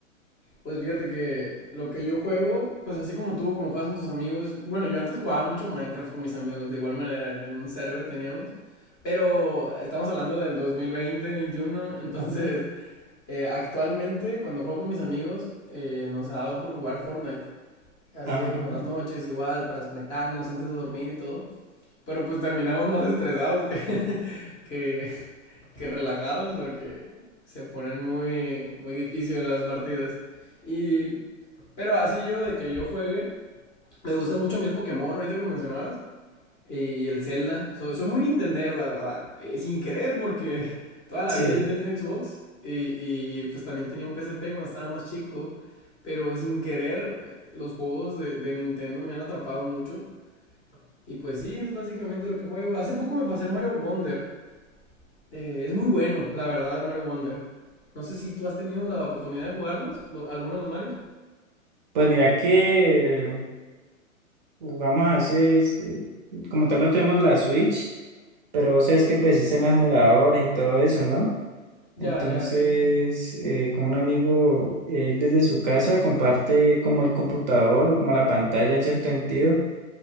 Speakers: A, on the left; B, on the right.
A: Pues fíjate que lo que yo juego, pues así como tú, como juegas con tus amigos. Bueno, yo antes jugaba mucho Minecraft con mis amigos, de igual manera, en en un server teníamos. Pero estamos hablando del 2020, 2021, <laughs> entonces eh, actualmente cuando juego con mis amigos eh, nos ha dado por jugar Fortnite. Así
B: ajá,
A: de que por las noches igual, para desconectarnos antes de dormir y todo. Pero pues terminamos más estresados que, <laughs> que, que relajados porque se ponen muy, muy difíciles las partidas. Y, pero así yo, de que yo juegue, me gusta mucho a mí el Pokémon, ahorita que lo mencionabas, y el Zelda. Soy, soy muy Nintendero, la verdad. Eh, sin querer, porque <laughs> toda la
B: sí.
A: vida yo he tenido Xbox y, y, pues también tenía un PSP cuando estaba más chico. Pero sin querer, eh, los juegos de, de Nintendo me han atrapado mucho. Y pues sí, es básicamente lo que juego. Hace poco me pasé el Mario Wonder. Eh, es muy bueno, la verdad, el Mario Wonder. No sé si tú has tenido la oportunidad de jugarlos, lo- alguno de los Marios.
B: Pues mira que Jugamos a veces, eh, como tal no tenemos la Switch, pero vos sabes que pues en los emuladores y todo eso, ¿no?
A: Ya,
B: Entonces,
A: ya, sí.
B: eh, con un amigo, él desde su casa comparte como el computador o como la pantalla en cierto sentido,